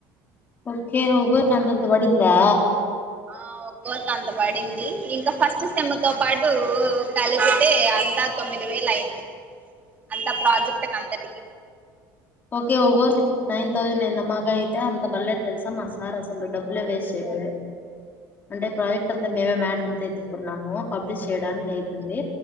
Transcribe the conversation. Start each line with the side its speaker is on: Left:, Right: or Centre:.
Left: ఓకే ఒక్కొక్కరికి అంతంత పడిందా
Right: ఆ ఒక్కోరికి అంత పడింది ఇంకా ఫస్ట్ సెమ్ తో పాటు కలిపి అయితే అంతా తొమ్మిది వేల అయింది అంతా ప్రాజెక్ట్ క అంతటికి
Left: ఓకే ఒకోరికి నైన్ థౌసండ్ అయింద మాక అయితే అంత వల్లే తెలుసా మా సార్ అసలు డబ్బులే వేస్ట్ చెయిడు అంటే ప్రాజెక్ట్ అంతా మేమే మ్యాటర్ అంతా ఎత్తుకున్నాము పబ్లిష్ చేయడానికి అయితుంది